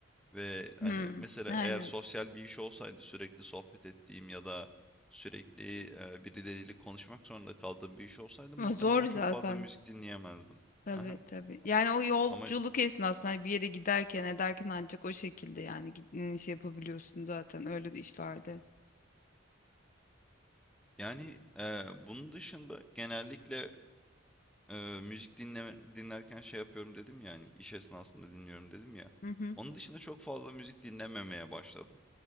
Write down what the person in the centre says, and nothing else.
Ve hani
mesela
eğer sosyal bir iş olsaydı sürekli sohbet ettiğim ya da sürekli e, birileriyle konuşmak zorunda kaldığım bir iş olsaydı muhtemelen
çok fazla müzik dinleyemezdim.
Aha.
Ama
yani e, bunun dışında genellikle Eee, müzik dinleme, dinlerken şey yapıyorum dedim ya hani iş esnasında dinliyorum dedim ya.
Onun dışında çok fazla müzik dinlememeye başladım.